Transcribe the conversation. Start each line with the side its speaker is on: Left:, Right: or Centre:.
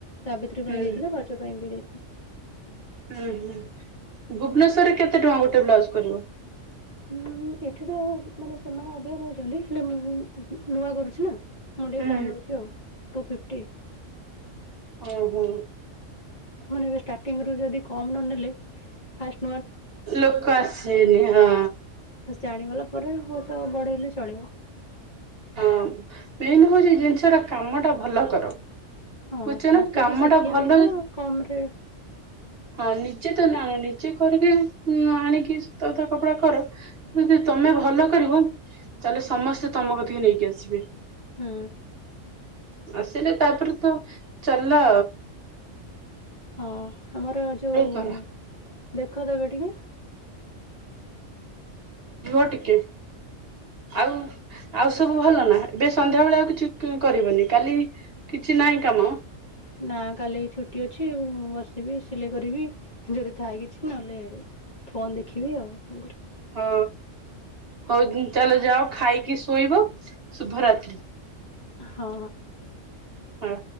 Left: ସାବିତ୍ରୀ
Right: ହୁଁ
Left: ପାଇଁ ଦେଇଥିଲେ ରଜ ପାଇଁ ବି ଦେଇ ଉଁ
Right: ହୁଁ ହୁଁ ଭୁବନେଶ୍ଵରରେ କେତେ ଟଙ୍କା ଗୋଟେ ବ୍ଲାଉଜ କରିବ?
Left: ଉଁ, ଏଠି ତ ମାନେ ସେମାନେ ଅଧିକ ନଉଛନ୍ତି, ହେଲେ ମୁଁ, ମୁଁ, ଉଁ, ନୂଆ କରୁଛି ନା। ମୁଁ ଟିକେ
Right: ହୁଁ
Left: କମ ନଉଚି ଆଉ। Two fifty.
Right: ଓ ହୋ!
Left: ମାନେ ଏବେ ଷ୍ଟାର୍ଟିଂ ରୁ ଯଦି କମ ନ ନେଲେ ଫାଷ
Right: ଲୋକ ଆସିବେନି ହଁ।
Left: ଫାଷ୍ଟ ଜାଣିଗଲା ପରେ ହୁଏତ ବଢେଇଲେ ଚଳିବ।
Right: ହଁ ମେନ୍ ହଉଚି ଜିନିଷଟା କାମ ଟା ଭଲ କର।
Left: ହଁ,
Right: ବୁଝଛ
Left: ଫାଷ୍ଟ
Right: ନା କାମ
Left: ଏବେ ଶିଖିବା
Right: ଟା ଭଲ
Left: କଥା, କମ ରେ
Right: ହଁ ନିଜେ ତ ନା ନା ନିଜେ କରିକି ଉଁ, ଆଣିକି ତ ତା କପଡା କର, ଯଦି ତୋମେ ଭଲ କରିବ ତାହେଲେ ସମସ୍ତେ ତୋମ କଥା ସିଏ ନେଇକି ଆସିବେ।
Left: ହଁ।
Right: ଆସିଲେ ତାପରେ ତ ଚାଲଲା
Left: ହଁ ଆମର ଯୋଉ
Right: କର
Left: ଦେଖ ତ ଏବେ ଟିକେ
Right: ରୁହ ଟିକେ, ଆଉ ଆଉ ସବୁ ଭଲ ନା ଏବେ ସନ୍ଧ୍ୟା ବେଳେ ଆଉ କିଛି କି-କରିବନି କାଲି କିଛି ନାଇଁ କାମ?
Left: ନା କାଲି ଛୁଟି ଅଛି। ମୁଁ ବସିବି ସିଲେଇ କରିବି। ଯଦି ଥାଏ କିଛି, ନହେଲେ ଫୋନ୍ ଦେଖିବି ଆଉ କଣ କରିବି?
Right: ଓ ହଉ ଚାଲ ଯାଅ ଖାଇକି ଶୋଇବ ଶୁଭ ରାତ୍ରୀ।
Left: ହଁ।
Right: ହଁ।